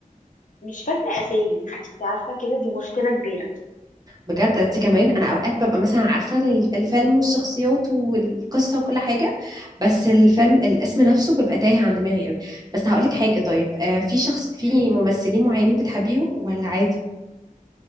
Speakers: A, on the left (about 65°); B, on the right (about 25°).
A: مش فاكره اسامي انت عارفه كده دي مشكله كبيره
B: بجد انتي كمان انا اوقات ببقى مثلا عارفة ال- الفيلم والشخصيات والقصة وكل حاجة بس الفيلم الاسم نفسه بيبقى تايه عن دماغي قوي بس هقولك حاجة طيب آه، في شخص في
A: مم.
B: ممثلين معينين بتحبيهم ولا عادي؟